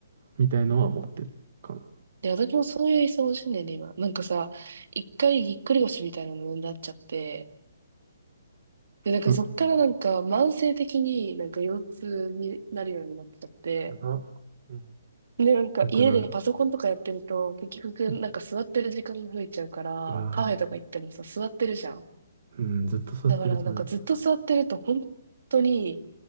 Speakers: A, on the right; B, on the right.
A: みたいのは持ってるかな。
B: で、私もそういう椅子欲しいんだよね、今。なんかさ、一回ぎっくり腰みたいなのになっちゃって、で、なんかそっからなんか慢性的になんか腰痛になるようになっちゃって、
A: うん。やば。うん。
B: で、なんか家でパソコンとかやってると、
A: よくな
B: 結局なんか座ってる時間が増えちゃうから、
A: い。うん。うわ
B: カフェとか行ってもさ、座ってるじゃん。
A: ぁ。うん、ずっと座ってるとね、
B: だからなんかずっと座ってると本当に